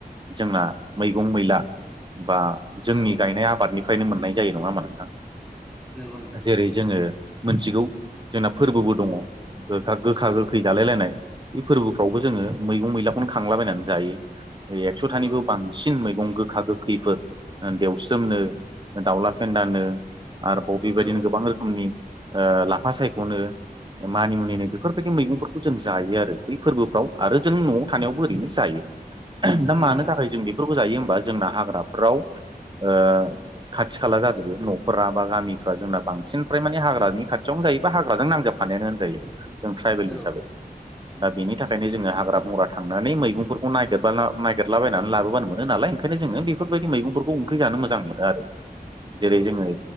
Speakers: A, on the right (about 30°); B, in the centre.
A: जोंना मैगं मैला बा जोंनि
B: औ नोंथां
A: गायनाय आबादनिफ्रायनो मोननाय जायो नङा होमबा नोंथां
B: नंगौ नोंथां
A: जेरै जोङो मोनथिगौ जोंना फोरबोबो दङ गोखा गोखा
B: औ
A: गोखै
B: नोंथां
A: जालाय लायनाय बे फोरबोफ्रावबो जोङो मैगं मैलाखौनो खांलाबायनानै जायो ऐ एकस'थानिबो
B: नंगौ नोंथां
A: बांसिन मैगं गोखा गोख खैफोर ओ देवस्रोमनो दाउला फेन्दानो आरोबाव बेबायदिनो
B: औ नोंथां
A: गोबां रोखोमनि ओ लाफा सायख'नो मानि मुनिनो बेफोरबायदि मैगंफोरखौ जों जायो आरो बै फोरबोफ्राव आरो जों न'आव थानायावबो ओरैनो जायो दा
B: नंगौ
A: मानो
B: नोंथां
A: थाखाय जों बे फोरखौ जायो होमबा जोंना हाग्राफोराव ओ खाथि खाला जाजोबो न'खरा बा गामिफ्रा जोंना बांसिन प्राय माने हाग्रानि खाथियावनो जायोबा हाग्राजों नांजाब खानायानो होनजायो जों ट्राइबेल
B: औ
A: हिसाबै दा बेनि थाख ओंखायनो जोङो हाग्रा बंग्रा थांनानै मैगंफोरखौ नागिरबाला नागिरलाबायनानै लाबोबानो मोनो नालाय ओंखायनो जोङो बेफ फोरबायदि मैगंफोरखौ ओंख्रि जानो मोजां मोनो आरो जेरै
B: नोंथां औ नोंथां
A: जोङो